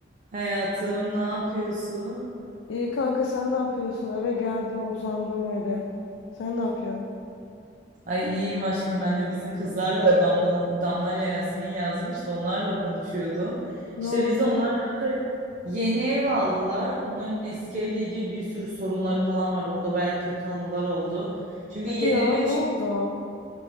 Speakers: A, on the right; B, on the left.
A: Hayatım, ne yapıyorsun?
B: İyi kanka sen ne yapıyorsun? Eve geldim uzandım öyle. Sen ne yapıyorsun?
A: Ay iyiyim aşkım ben de bizim kızlarla Damla, Damla ile Yasmin yazmış da onlarla konuşuyordum.
B: Ne
A: İşte
B: oldu?
A: biz de onlar kanka yeni ev aldılar. Onların eski evle ilgili bir sürü sorunları falan vardı. Orada baya kötü anılar oldu. Şimdi
B: Hadi
A: yeni
B: ya
A: eve
B: ne
A: çık
B: oldu?